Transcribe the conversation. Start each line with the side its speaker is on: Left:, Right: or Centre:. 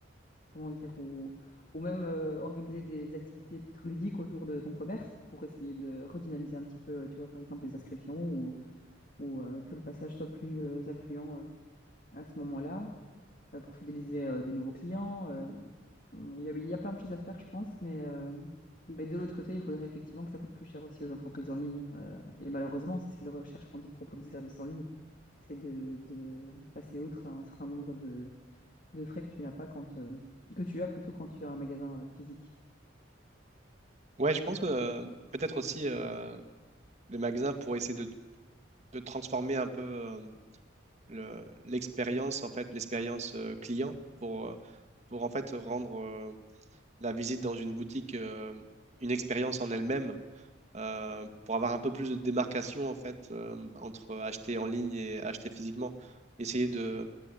Left: comment dire, ou, ou même euh, organiser des activités peut-être ludiques autour de ton commerce pour essayer de redynamiser un petit peu, euh, tu vois, par exemple, les inscriptions ou, ou euh, que le passage soit plus euh, affluent euh, à ce moment-là. euh, pour fidéliser euh, des nouveaux clients. euh, il y a, il y a plein de choses à faire, je pense, mais, euh, mais de l'autre côté, il faudrait effectivement que ça coûte plus cher aussi aux entreprises en ligne. euh, et malheureusement, c'est ce qu'ils recherchent quand ils proposent des services en ligne, c'est de, de passer outre un certain nombre de, de frais que tu n'as pas quand, euh, que tu as plutôt quand tu as un magasin euh, physique.
Right: ouais, je pense que euh, peut-être aussi euh, les magasins pour essayer de de transformer un peu euh, le- l'expérience, en fait, l'expérience euh, client pour, euh, pour en fait rendre euh, la visite dans une boutique euh, une expérience en elle-même, euh, pour avoir un peu plus de démarcation en fait euh, entre acheter en ligne et acheter physiquement. Essayer de,